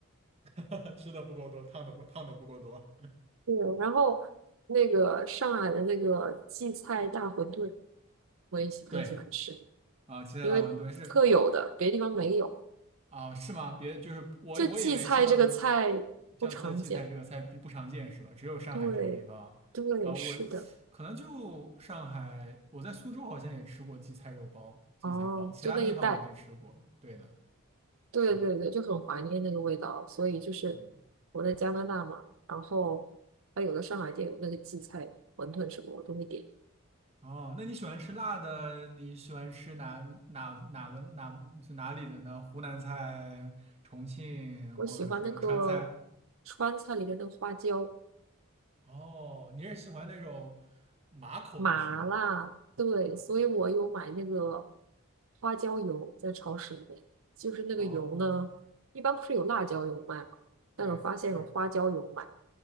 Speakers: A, on the right (about 30°); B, on the right (about 65°).
A: <laughs> 吃的不够多，烫的不烫的不够多。
B: <laughs> 对，然后那个上海的那个荠菜大馄饨，我也喜很喜欢吃，
A: 对啊，七彩大馄饨是。
B: 因为特有的，别的地方没有。
A: 啊，是吗？别，就是我我以为像
B: 就荠菜这个菜不常见。
A: 像菜荠菜这个菜不不常见是吧？只有上海这个地方啊，
B: 对，对，
A: 我
B: 是的。
A: 可能就上海，我在苏州好像也吃过荠菜肉包、荠菜包，
B: 哦，
A: 其他地方我没吃过。
B: 就那一带，
A: 对的，
B: 对对对，
A: 是的，
B: 就很怀念那个味道。所以就是
A: 嗯。
B: 我在加拿大嘛，然后它有的上海店有那个荠菜馄饨什么，我都会点。
A: 哦，那你喜欢吃辣的？你喜欢吃哪哪哪个哪就哪里的呢？湖南菜、重庆或者说川菜？
B: 我喜欢那个川菜里面的花椒
A: 哦，你是喜欢那种麻口的是吗？
B: 麻辣，对，
A: 啊，
B: 所以我有买那个花椒油在超市里面。就是那个油呢，
A: 哦。
B: 一般不是有辣椒油卖吗？
A: 对，
B: 但我发现有花椒油卖，
A: 是，